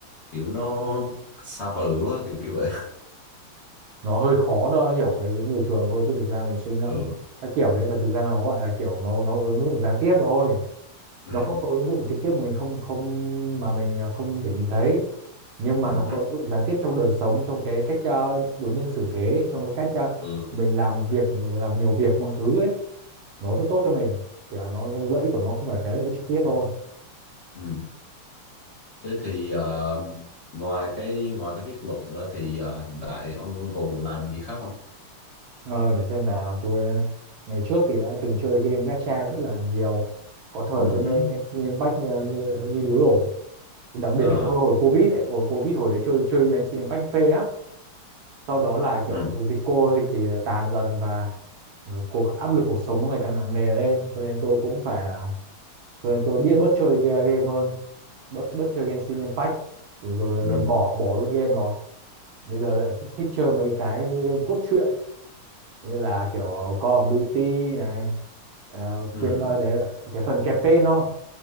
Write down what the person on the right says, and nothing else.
nó hơi khó đo hiểu với với người thường thôi chứ thực ra mình suy ngẫm
các kiểu đấy và thực ra nó gọi là kiểu nó nó ứng dụng gián tiếp thôi
nó không có ứng dụng trực tiếp mà mình không không mà mình à, không thể nhìn thấy nhưng mà
nó có ứng dụng gián tiếp trong đời sống trong cái cách ờ, đối nhân xử thế trong cái cách ờ,
mình làm việc mình làm nhiều việc mọi thứ ấy nó rất tốt cho mình chỉ là nó lợi ích của nó không phải cái lợi ích trực tiếp thôi
ờ, để xem nào tôi ờ, ngày trước thì đã từng chơi game gacha rất là nhiều có thời
tôi mê
Genshin Impact như, như, như điếu đổ đặc biệt
là cái hồi, hồi Covid ấy hồi Covid hồi đấy chơi chơi Genshin Impact phê lắm sau đó là kiểu
dịch cô dịch thì tàn dần và cuộc áp lực cuộc sống nó ngày càng nặng nề lên cho nên tôi cũng phải à, Rồi nên tôi biết bớt chơi game hơn bớt bớt chơi Genshin Impact rồi, rồi dần
dần bỏ bỏ luôn game rồi bây giờ lại thích, thích chơi mấy cái game cốt truyện như là kiểu Call of Duty này ờ,
game ờ, đấy cái phần campaign thôi